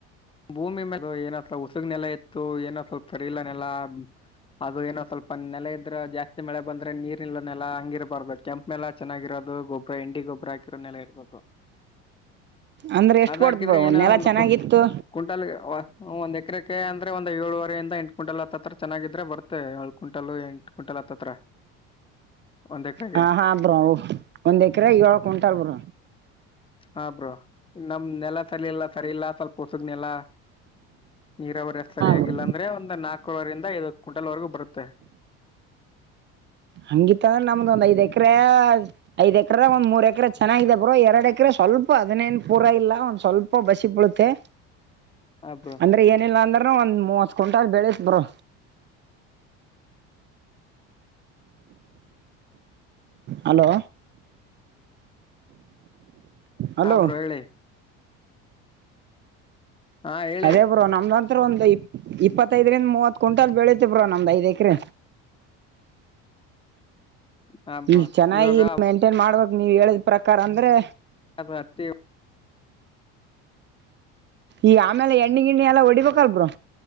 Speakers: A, on the left; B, on the right.
A: ಭೂಮಿ ಮ ಏನ ಸ್ ಉಸುಗ್ನೆೆಲ್ಲ ಇತ್ತು ಏನ ಸ್ವಲ್ಪ ಸರಿಲನೆೆಲ್ಲ ಅದು ಏನೋ ಸ್ವಲ್ಪ ನೆಲೆ ಇದ್ರೆ ಜಾಸ್ತಿ ಮಳೆ ಬಂದ್ರೆ ನೀರ್ಲ್ಲ ನೆಲ ಹಂಗಿರಬಾರ್ದು ಕೆಂಪಪ್ ಮೆಲ್ಲ ಚೆನ್ನಾಗಿರೋದು ದು ಗೊಬ್್ರರ ಇಂಡಿ ಗೊಬ್ಬರ ಹಾಕಿರೋ ನೆಲೆ ಇರಬೇಕು
B: ಅಂದ್ರೆ ಎಷ್ಟು
A: ಅದಾಕಿದ್ರೆ
B: ಕೊಡತ್ ಬ್ರೋ
A: ಏನ
B: ನೆಲ
A: ಒಂದು
B: ಚೆನ್ನಾಗಿತ್ತು
A: ಕುಂಟಲ್ ಒಂದ ಸಕ್ರಕ ಅಂದ್ರ ಒಂದಂದು ಏಳುವರಿಂದ ಎಂಟು ಕ ಕುಂಟಲ್ ಹತ್ತತ್ರ ಚೆಾಗಿದ್ರೆ ಬರ್ತ್ತೆ ಏಳ್ ಕ್ವಿಂಟಲ್ ಎಂು ಕ್ವಿಂಟಲ್ ಹತ್ತತ್ರ ಒಂದ್ ಎಕರೆಗೆ
B: ಹಾ ಹಾ ಬ್ರೋ ಒಂದ್ ಎಕರೆ ಏಳ ಕ್ವಿಂಟಲ್ ಬ್ರ
A: ಹಬ್ರೋ ನಮ್ ನೆಲ ಸರಿ ಇಲ್ಲ ಸರಿ ಇಲ್ಲ ಸ್ವಲ್ಪ ಹೊಸುಗ್ನೆೆಲ ನೀರಾವರಿ ಸರಿಯಾಗಿಲ್ಲ
B: ಬ್ರೋ
A: ಅಂದ್ರೆ ಒಂದ್ ನಾಲ್ಕೂವರರಿಂದ ಇ ಕುಂಟಲ್ವರೆಗೂ ಬರುತ್ತೆ
B: ಹಂಗಿತ್ತ ಅಂದ್ರೆ ನಮ್ದು ಒಂದ್ ಐ್ ಎಕ್ರ ಐದ್ ಎಕರೆ ಒಂದ್ ಮೂರ್ ಎಕ್ರ ಚೆನ್ನಾಗಾಗಿದೆ ಬ್ರೋ ಎರಡ್ ಎಕರೆ ಸ್ವಲ್ಪ ಹದಿನೇನ್ ಪೂರಾ ಇಲ್ಲ ಒಂದ್ ಸ್ವಲ್ಪ ಬಸಿ ಬಳುತ್ತೆ
A: ಹಾ ಬ್ರೋ
B: ಅಂದ್ರೆ ಏನಿಲ್ಲಾ ಅಂದ್ರನು ಒಂದ್ ಮೂವತ್ ಕುಂಟಲ್ ಬೆಳ ಬ್ರೋ ಹಲೋ ಹಲೋ
A: ಆ ಬ್ರೋಯಳೆ ಹಾ ಹೇಳಿ
B: ಅದೇ ಬ್ರೋ ನಮ್ದಂತ ಒಂದು ಇ ಇಪ್ಪತ್ತೈದರಿಂದ ಮೂವತ್ ಕ ಕುಂಟಲ್ ಬೆಳತಿವ್ರ ನೊಮ್ದ್ ಐದ ಎಕ್ರ
A: <inaudible> ಹ ಬ್ರೋ
B: ಈಗ ಚೆನ್ನಾಗಿ
A: ಇವಾಗ
B: ಮೇಂಟೈನ್ ಮಾಡ್ಬೇಕಕ್ ನೀವ್ ಹೇಳಿದ್ ಪ್ರಕಾರ ಅಂದ್ರೆ
A: ಹತಿ
B: ಈಗ ಆಮೇಲೆ ಎಣ್ಣಿ ಗಿಣ್ಣಿ ಎಲ್ಲ ಹೊಡಿಬೇಕಲ್ಬ್ರರು